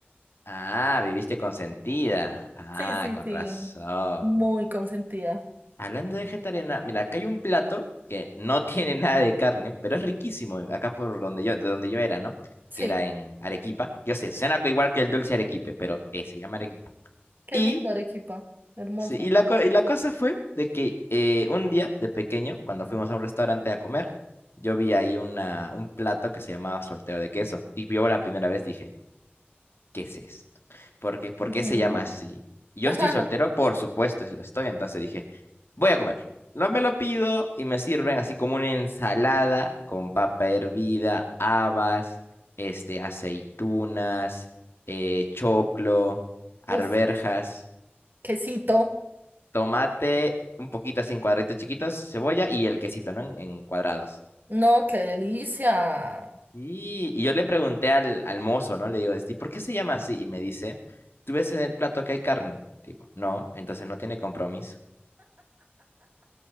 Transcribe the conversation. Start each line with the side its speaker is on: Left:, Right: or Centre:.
Left: Ah, viviste consentida. Ah,
Right: Sí, sí,
Left: con
Right: sí,
Left: razón.
Right: muy consentida.
Left: Hablando de vegetariana, mira, acá hay un plato que no <laughs> tiene nada de carne, pero es riquísimo, acá por donde yo, de donde yo era, ¿no?
Right: Sí,
Left: Que era en Arequipa. Yo sé, suena co- igual que el dulce arequipe, pero eh, se llama Arequipa.
Right: qué
Left: Y,
Right: linda Arequipa, hermoso.
Left: sí, y, la, co- y la cosa fue de que eh, un día de pequeño, cuando fuimos a un restaurante a comer, yo vi ahí una, un plato que se llamaba solteo de queso. Y yo la primera vez dije, ¿qué es esto? ¿Por qué, por
Right: Ujú.
Left: qué se llama así? Y Yo
Right: <laughs>
Left: estoy soltero, por supuesto, si lo estoy, entonces dije, voy a comer. No me lo pido y me sirven así como una ensalada con papa hervida, habas, este, aceitunas, eh, choclo, arberjas,
Right: Uf, quesito,
Left: tomate, un poquito así en cuadraditos chiquitos, cebolla y el quesito, ¿no? En, en cuadrados.
Right: no, qué delicia.
Left: Y, y yo le pregunté al, al mozo, ¿no? Le digo, este, ¿por qué se llama así? Y me dice, ¿tú ves en el plato que hay carne? Digo, no, entonces no tiene compromiso.